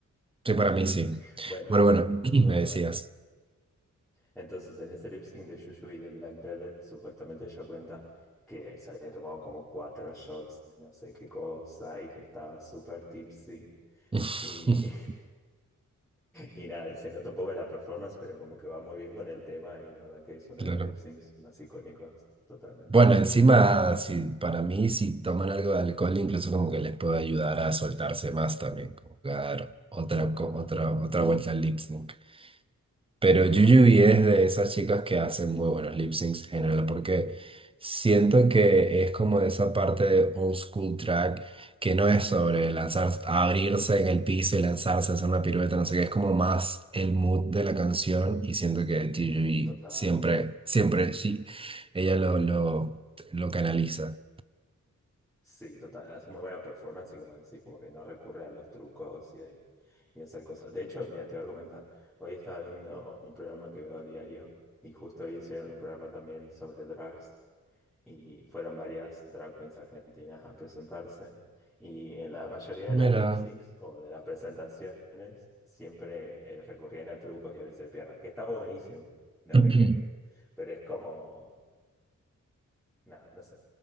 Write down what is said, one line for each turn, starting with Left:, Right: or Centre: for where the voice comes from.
Right: Sí,
Centre: <laughs>
Right: para mí sí.
Centre: Bueno,
Right: Pero bueno, <clears throat>
Centre: total.
Right: me decías.
Centre: Entonces en ese lip sync de Juju y de Black Velvet, supuestamente ella cuenta que se había tomado como cuatro shots de no sé qué cosa y que estaba súper tipsy.
Right: <laughs>
Centre: Y Y nada, y se nota un poco la performance, pero como que va muy bien con el tema y la verdad que es uno
Right: Claro.
Centre: de los lip syncs más icónicos, totalmente.
Right: Bueno, encima, si, para mí, si toman algo de alcohol, incluso como que les puede ayudar a soltarse más también, como que a dar otra,
Centre: Total,
Right: co- otra, otra vuelta al lip sync. Pero
Centre: total,
Right: Yuyubi es de esas chicas que hacen muy buenos lip syncs en general, porque siento que es como de esa parte de old school track que no es sobre
Centre: re,
Right: lanzar, abrirse en el piso y lanzarse, hacer una pirueta, no sé qué, es como más el mood de la canción y siento que Yuyubi
Centre: total.
Right: siempre, siempre, sí, ella lo, lo, lo canaliza.
Centre: Sí, total, hace muy buena performance y como decís, como que no recurre a los trucos y, a- y a hacer cosas. De hecho, mira, te voy a comentar, hoy estaba viendo un programa que veo a diario y justo hoy hicieron un programa también sobre drags Y fueron varias drag queens argentinas a presentarse. Y en la mayoría
Right: Mira.
Centre: de los lip syncs o de las presentaciones siempre eh, recurrían a trucos y abrirse de piernas, que está buenísimo, no
Right: <clears throat>
Centre: me quejo. Pero es como, nada, no sé,